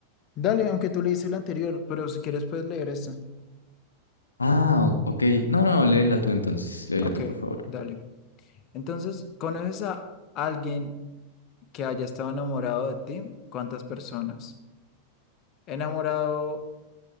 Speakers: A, on the left; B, on the left.
A: Dale, aunque tú leíste el anterior, pero si quieres puedes leer esta.
B: Ah, o- ok. No, no, léela tú entonces, léela
A: Ok,
B: tú, por favor.
A: dale. Entonces, ¿conoces a alguien que haya estado enamorado de ti? ¿Cuántas personas? ¿Enamorado